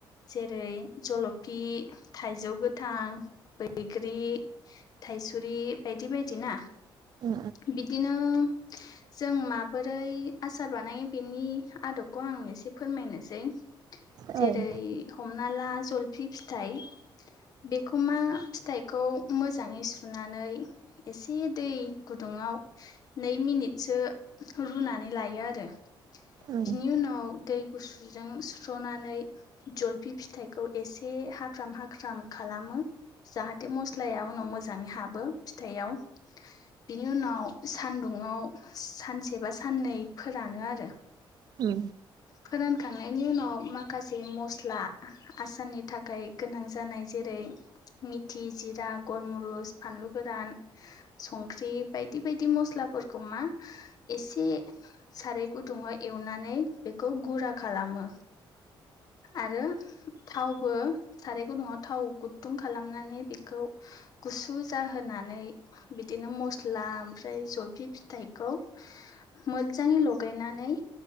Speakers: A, on the left; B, on the right.
A: जेरै जलफि, थाइजौ गोथां बैग्रि, थाइसुरि बायदि बायदिना
B: उम
A: बिदिनो जों माबोरै आसार बानायो बेनि आदबखौ आं एसे फोरमायनोसै
B: औ
A: जेरै
B: उम
A: हमना ला जलफि फिथाइ बेखौ मा फिथ फिथाइखौ मोजाङै सुनानै एसे दै गुदुङाव नै मिनिटसो रुनानै लायो आरो
B: उम
A: बिनि उनाव दै गुसुजों सुस्र'नानै जलफि फिथाइखौ एसे हाख्राम हाख्राम खालामो जाहाथे मस्लाया उनाव मोजाङै हाबो फिथायाव बिनि उनाव सानदुंआव सानसे बा साननैफोरानो आरो
B: उम
A: फोरानखांनायनि उनाव माखासे मस्ला आसामनि थाखाय गोनां जानाय जेरै मिथि जिरा गरमुरुस फानलु गोरान। संख्रि बायदि बायदि मस्लाफोरखौ मा एसे साराय गुदुङाव एवनानै बेखौ गुरा खालामो आरो थावबो साराय गुदुङाव थाव गुदुं खालामनानै बेखौ गुसु जाहोनानै बिदिनो मस्ला ओमफ्राय जलफि फिथाइखौ मोजाङै लगायनानै